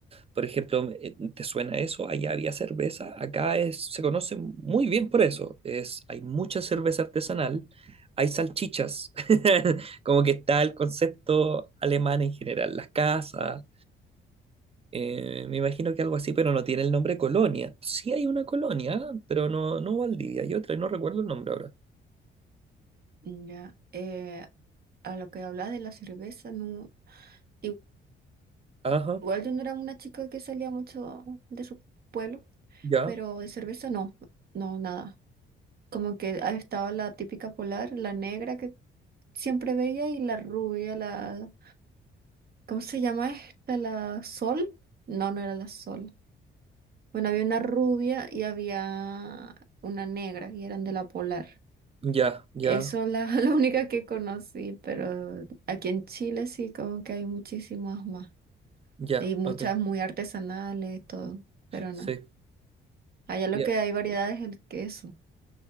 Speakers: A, on the right (about 30°); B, on the right (about 50°).
A: Por ejemplo, eh, ¿te suena eso? Allá había cerveza, acá es, se conoce muy bien por eso. Es, hay mucha cerveza artesanal, hay salchichas, <laughs> como que está el concepto alemán en general, las casas. eh, me imagino que algo así, pero no tiene el nombre colonia. Sí hay una colonia, pero no, no Valdivia, hay otra, y no recuerdo el nombre ahora.
B: Ya. Eh, a lo que hablas de la cerveza, no. i-
A: Ajá,
B: Igual yo no era una chica que salía mucho de su pueblo,
A: ya,
B: pero de cerveza no, no, nada. Como que ahí estaba la típica polar, la negra que siempre veía y la rubia, la... ¿Cómo se llama esta? ¿La sol? No, no era la sol. Bueno, había una rubia y había una negra y eran de la polar.
A: ya, ya,
B: Eso la, <laughs> la única que conocí, pero aquí en Chile sí como que hay muchísimas más.
A: ya,
B: Hay muchas
A: ok,
B: muy artesanales, todo, pero
A: sí,
B: no. Allá lo
A: ya.
B: que hay variedad es el queso.